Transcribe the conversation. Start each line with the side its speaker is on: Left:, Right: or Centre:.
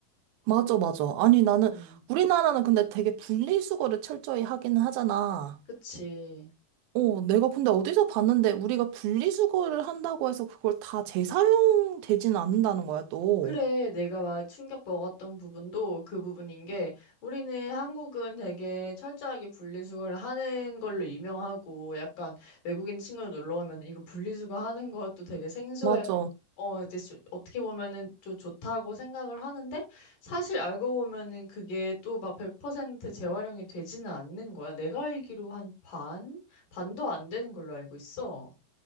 Right: 맞아, 맞아. 아니, 나는,
Left: 음.
Right: 우리나라는 근데 되게 분리수거를 철저히 하기는 하잖아.
Left: 그치.
Right: 어, 내가 근데 어디서 봤는데 우리가 분리수거를 한다고 해서 그걸 다 재사용되지는 않는다는 거야, 또.
Left: 그래, 내가 막 충격 먹었던 부분도 그 부분인 게 우리는 한국은 되게 철저하게 분리수거를 하는 걸로 유명하고 약간 외국인 친구들 놀러 오면 이거 분리수거 하는 것도 되게 생소해.
Right: 맞아.
Left: 어, 이제 수- 어떻게 보면은 좀 좋다고 생각을 하는데 사실 알고 보면은 그게 또 막 100% 재활용이 되지는 않는 거야. 내가 알기로 한 반? 반도 안 되는 걸로 알고 있어.